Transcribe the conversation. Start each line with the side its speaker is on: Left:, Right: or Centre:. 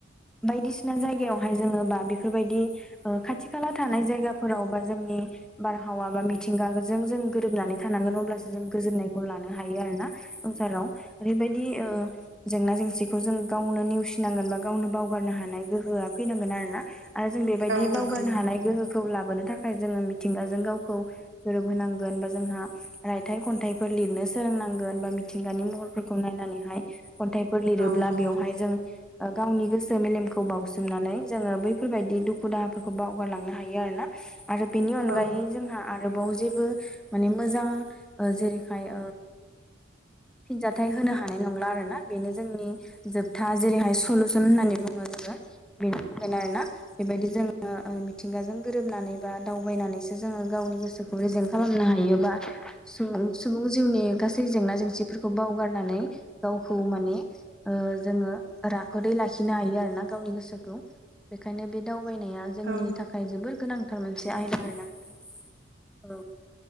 Centre: बायदिसिना जायगायावहाय जोङो बा बेफोरबायदि ओ खाथि खाला थानाय जायगाफोराव बा जोंनि बारहावा बा मिथिंगाजों जों गोरोबनानै थानांगोन अब्लासो जों गोजोननायखौ लानो हायो आरो ना ससाराव ओरैबायदि ओ जेंना जेंसिखौ जों गावनो नेवसिनांगोन बा गावनो बावगारनो हानाय गोहोआ फैनांगोन आरो ना आरो जों बेबायदि
Right: औ नंगौ
Centre: बावगारनो हानाय गोहोखौ लाबोनो थाखाय जोङो मिथिंगाजों गावखौ गोरोबहोनांगोन बा जोंहा रायथाइ खन्थाइफोर लिरनो सोलोंनांगोन बा मिथिंगानि महरफोरखौ खौ नायनानैहाय खन्थाइफोर लिरोब्ला
Right: औ नंगौ
Centre: बेवहाय जों गावनि गोसो मेलेमखौ बावसोमनानै जोङो बैफोरबायदि दुखु दाहाफोरखौ बावगारलांनो हायो आर ना आरो बेनि अनगायै
Right: औ
Centre: जोंहा आरोबाव जेबो माने मोजां जेरैखाय फिनजााथाइ होनो हानाय नंला आरो ना बेनो जोंनि जोबथा जेरैहाय सलुसन होननानै बुङो जोङो बेनि थाखायनो आरोना बेबायदि जोङो मिथिंगाजों गोरोबनानै बा दावबायनानैसो जोङो गावनि गोसोखौ रेजें खालामनो हायोबा सुबुं सुबुं जिउनि गासै जेंना जेंसिफोरखौ बावगारनानै गावखौ माने जोङो राफोदै लाखिनो हायो आरोोना गावनि गोसोखौ बेखायनो बे दावबायनाया जोंनि
Right: औ
Centre: थाखाय जोबोर गोनांथार मोनसे आयदा आरोना नोंथां औ